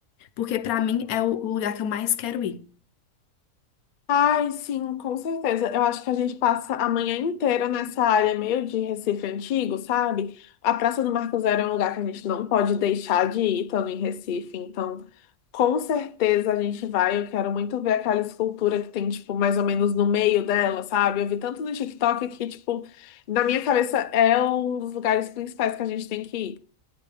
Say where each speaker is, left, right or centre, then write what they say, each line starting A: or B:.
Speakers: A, on the left; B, on the left.
A: Porque pra mim é o o lugar que eu mais quero ir.
B: Ai, sim, com certeza. Eu acho que a gente passa a manhã inteira nessa área meio de Recife antigo, sabe? A Praça do Marco Zero é um lugar que a gente não pode deixar de ir estando em Recife, então com certeza a gente vai. Eu quero muito ver aquela escultura que tem, tipo, mais ou menos no meio dela, sabe? Eu vi tanto no TikTok que, tipo, na minha cabeça é um dos lugares principais que a gente tem que ir.